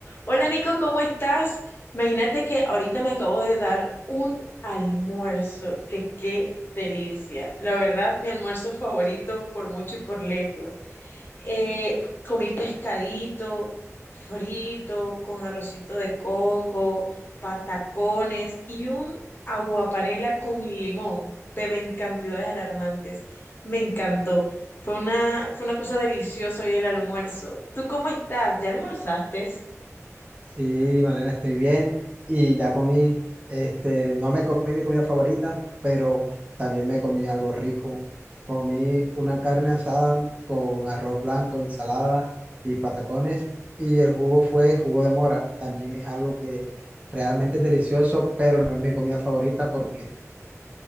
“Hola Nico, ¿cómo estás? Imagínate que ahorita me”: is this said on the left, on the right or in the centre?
Left